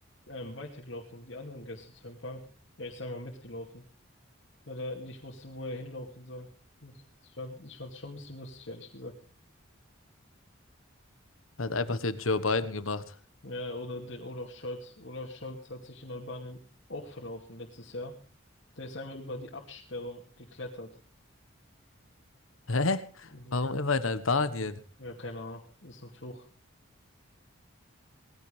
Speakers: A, on the left (about 60°); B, on the left (about 85°).
A: ähm, weitergelaufen, um die anderen Gäste zu empfangen. Er ist einfach mitgelaufen, weil er nicht wusste, wo er hinlaufen soll. Ich fand, ich fand's schon ein bisschen lustig, ehrlich gesagt.
B: Hat einfach den Joe Biden gemacht.
A: Ja, oder den Olaf Scholz. Olaf Scholz hat sich in Albanien auch verlaufen letztes Jahr. Der ist einmal über die Absperrung geklettert.
B: Hä?
A: <laughs>
B: Warum immer in Albanien?
A: Ja, keine Ahnung. Ist ein Fluch.